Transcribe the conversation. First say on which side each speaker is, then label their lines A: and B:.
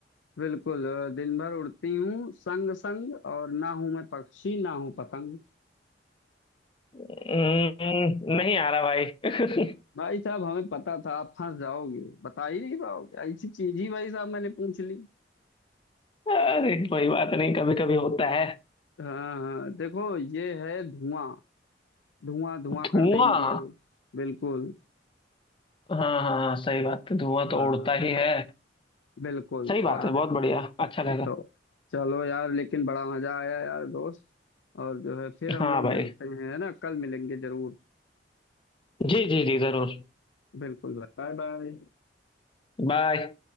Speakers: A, on the left (about 80°); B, on the left (about 30°).
A: बिल्कुल अ, दिन भर उड़ती हूँ संग संग और ना हूँ मैं पक्षी ना हूँ पतंग
B: हम्म, नहीं आ रहा भाई <laughs>
A: भाई साहब हमें पता था आप फंस जाओगे बता ही नहीं पाओगे ऐसी चीज ही भाई साहब मैंने पूछ ली
B: अरे कोई बात नहीं कभी कभी होता है
A: हाँ हाँ देखो ये है धुआं धुआं धुआं
B: धुआं
A: कर देंगे बिल्कुल
B: हाँ हाँ हाँ, सही बात है धुआं तो
A: हाँ
B: उड़ता ही है
A: बिल्कुल
B: सही बात
A: और हमें
B: है बहुत बढ़िया अच्छा लगा
A: तो चलो यार लेकिन बड़ा मजा आया यार दोस्त और जो है फिर हम
B: हाँ
A: लोग
B: भाई
A: मिलते हैं है ना कल मिलेंगे जरूर
B: जी जी जी जरूर
A: बिल्कुल बाय बाय
B: बाय